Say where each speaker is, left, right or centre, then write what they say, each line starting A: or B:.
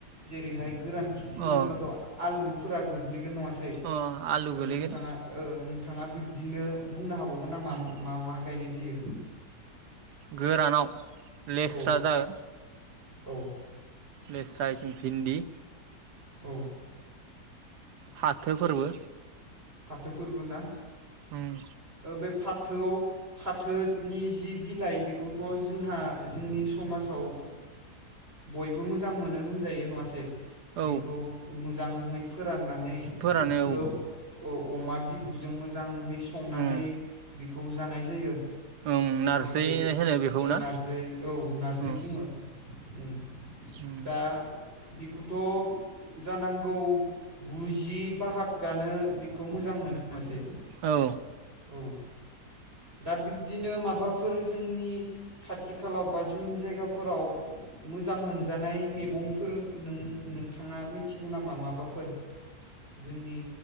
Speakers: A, on the right; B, on the right.
A: जेरैहाय गोरान खिथि होनोब्लाथ
B: अ
A: आ आलुफोरा गोग्लैगोन नङासै सै
B: अ आलु गोलैगोन
A: ओ नोंथाङा ओ नों थाङा बिब्दिनो बुंनो हाबाव हाबावगोन नामा
B: उम
A: मा मा गायनाय जायो
B: गोरानाव लेस्रा
A: औ
B: जागोन
A: औ
B: लेस्रा इथिं भिन्दि
A: औ
B: फाथो फोरबो
A: फाथोफोरबो ना
B: ओम
A: ओ बे फाथोआव फाथोनि जि बिलाइ बेखौथ जोंहा जोंनि समाजाव बयबो मोजां मोनो होनजायो नङासै बेखौ
B: औ
A: मोजां मोजांहै फोरान नानै
B: फोरानो
A: बिखौ
B: औ
A: औ अमा बिबुजों मोजांहै संनानै
B: उम
A: खौ जानाय जायो
B: ओं नारजि
A: नङासै
B: होनो बेखौ
A: ओ
B: ना
A: नारजै औ नारजै
B: उम
A: बुङो ओम
B: उम
A: दा बिखौथ जानांगौ गुजि बाहागानो बिखौ मोजां मोनो नङासै
B: औ
A: औ दा बिब्दिनो माबाफोर जोंनि खाथि खालाव बा जोंनि जायगाफोराव मोजां मोनजानाय मैगंफोर नों नोंथाङा मिथिगौ नामा माबाफोर जोंनि